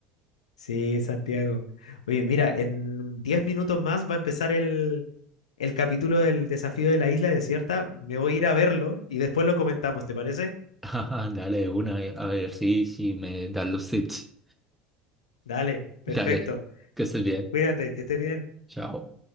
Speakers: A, on the left (about 70°); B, in the centre.
A: Sí, Santiago. Oye, mira, en 10 minutos más va a empezar el, el capítulo del desafío de la isla desierta. Me voy a ir a verlo y después lo comentamos, ¿te parece?
B: <laughs> Ajá, Dale de una, eh, a ver si, si me dan los tips.
A: Dale, perfecto.
B: Dale, que estés bien.
A: Cuídate, que estés bien.
B: Chao.